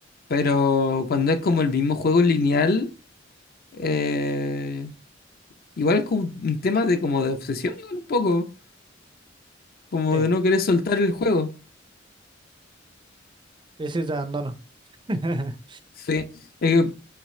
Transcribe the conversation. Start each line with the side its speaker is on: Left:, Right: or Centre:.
Left: Pero cuando es como el mismo juego lineal, eh, igual es como un tema de como de obsesión, igual un poco, como
Right: Sí,
Left: de no querer soltar el juego.
Right: crisis de abandono. <laughs>
Left: Sí. Es que